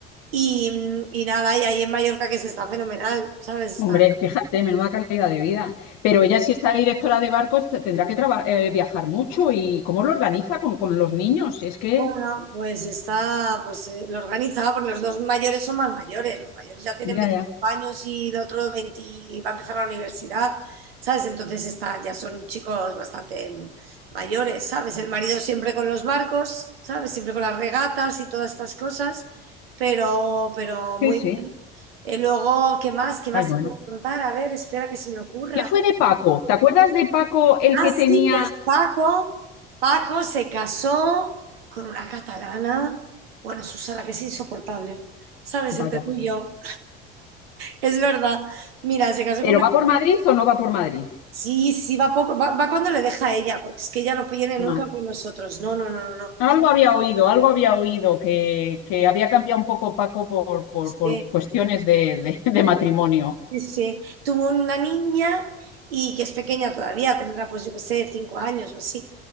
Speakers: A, on the right (about 75°); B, on the left (about 60°).
A: Y, y nada, y ahí en Mallorca que se está fenomenal, ¿sabes? Está,
B: Hombre, fíjate, menuda calidad de vida. Pero ella, si está directora de barcos, te- tendrá que traba- eh, viajar mucho. ¿Y cómo lo organiza con, con los niños? Es que,
A: Bueno, pues está, pues eh, lo organiza, porque los dos mayores son más mayores, los mayores ya tienen
B: ya,
A: 25
B: ya.
A: años y el otro 20 va a empezar la universidad, ¿sabes? Entonces está, ya son chicos bastante mm, mayores, ¿sabes? El marido siempre con los barcos, ¿sabes? Siempre con las regatas y todas estas cosas, pero, pero muy
B: Sí, sí.
A: bien. Eh, luego, ¿qué más? ¿Qué más
B: Ay, bueno.
A: te puedo contar? A ver, espera que se me ocurra.
B: ¿Qué fue de Paco? ¿Te acuerdas de Paco el
A: Ah,
B: que tenía...
A: sí, pues Paco, Paco se casó con una catalana. Bueno, Susana, que es insoportable. ¿Sabes?
B: Vaya,
A: Entre tú
B: por
A: y
B: Dios.
A: yo. Es verdad. Mira, se casó
B: ¿Pero
A: con una.
B: va por Madrid o no va por Madrid?
A: Sí, sí, va poco. Va, va cuando le deja a ella, porque es que ella no viene nunca
B: Ma-
A: con nosotros. No, no, no, no. no.
B: Algo había oído, algo había oído, que, que había cambiado un poco Paco por, por,
A: Sí.
B: por cuestiones de, de de matrimonio.
A: Sí, sí. Tuvo una niña y que es pequeña todavía, tendrá pues yo qué sé, cinco años o así.